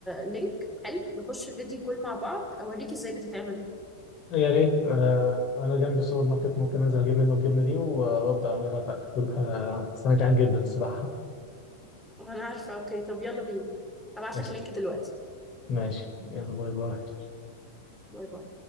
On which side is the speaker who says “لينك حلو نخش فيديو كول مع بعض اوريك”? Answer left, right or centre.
Centre